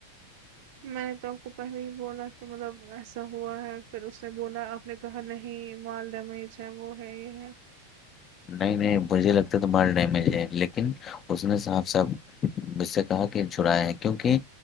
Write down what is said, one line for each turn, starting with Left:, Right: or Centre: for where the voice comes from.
Right: میں نے تو آپ کو پہلے ہی بولا کہ مطلب ایسا ہوا ہے پھر اس نے بولا آپ نے کہا نہیں مال ڈمیج ہے وہ ہے یہ ہے
Left: نہیں نہیں مجھے لگتا تھا مال ڈیمیج ہے لیکن اس نے صاف صاف اس سے کہا کہ چھرایا ہے کیونکہ